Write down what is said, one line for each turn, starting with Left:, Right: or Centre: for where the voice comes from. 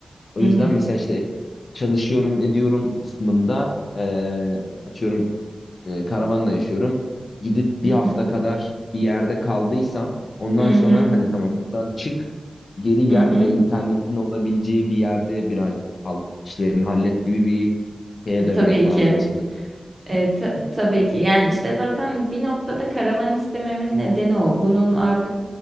Left: O
Right: Hı
Left: yüzden
Right: hı,
Left: mesela işte çalışıyorum ediyorum kısmında e, atıyorum e, karavanla yaşıyorum. Gidip bir
Right: hı
Left: hafta
Right: hı.
Left: kadar bir yerde kaldıysam ondan
Right: Hı
Left: sonra
Right: hı,
Left: hadi tamam buradan çık geri gel
Right: hı hı.
Left: ve internetin olabileceği bir yerde birazcık kal işlerini hallet gibi bir şeye
Right: E,
Left: dönmek
Right: tabii
Left: lazım
Right: ki.
Left: sanırım.
Right: E, ta-
Left: <laughs>
Right: tabii ki. Yani işte zaten bir noktada karavan istememin nedeni o. Bunun artık